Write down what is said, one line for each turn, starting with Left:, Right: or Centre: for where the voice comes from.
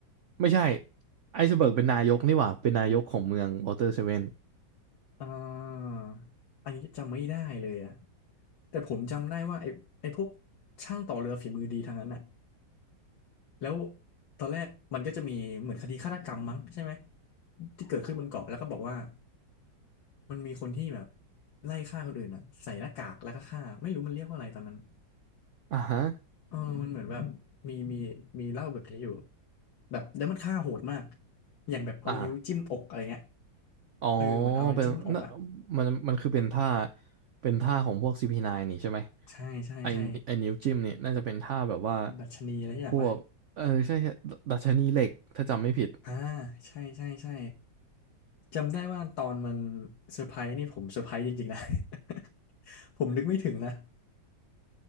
Right: ไม่ใช่ไอซ์เบิร์กเป็นนายกนี่หว่าเป็นนายกของเมือง Water Seven
Left: อ่าอันนี้จำไม่ได้เลยอะแต่ผมจำได้ว่าไอ้ไอ้พวกช่างต่อเรือฝีมือดีทางนั้นน่ะแล้วตอนแรกมันก็จะมีเหมือนคดีฆาตกรรมมั้งใช่ไหมที่เกิดขึ้นบนเกาะแล้วก็บอกว่ามันมีคนที่แบบไล่ฆ่าคนอื่นอ่ะใส่หน้ากากแล้วก็ฆ่าไม่รู้มันเรียกว่าอะไรตอนนั้น
Right: อ่าฮะ
Left: เออมันเหมือนแบบมีมีมีเล่าแบบนี้อยู่แบบแล้วมันฆ่าโหดมากอย่างแบบเอานิ้วจิ้มอกอะไรเงี้ย
Right: อ่า อ๋อ
Left: เออเหมือนเอาอะไรจิ้มอกอ่ะ
Right: เป็นน่นมันมันคือเป็นท่าเป็นท่าของพวก CP9 นน์นี่ใช่ไหม
Left: ใช่ใช่ใช่
Right: ไอไอนิ้วจิ้มเนี่ยน่าจะเป็นท่าแบบว่า
Left: ดัชนีอะไรอย่างวะ
Right: พวกเออใช่ใช่ดดัชนีเหล็กถ้าจำไม่ผิด
Left: อ่า ใช่ใช่ใช่จำได้ว่าตอนมันเซอร์ไพรส์นี่ผมเซอร์ไพรส์จริงๆนะ <laughs> ผมนึกไม่ถึงนะ